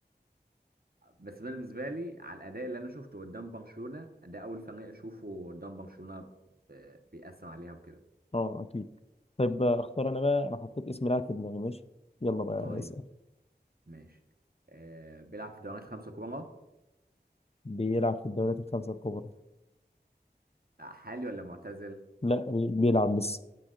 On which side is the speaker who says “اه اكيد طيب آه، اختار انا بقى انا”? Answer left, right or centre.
Left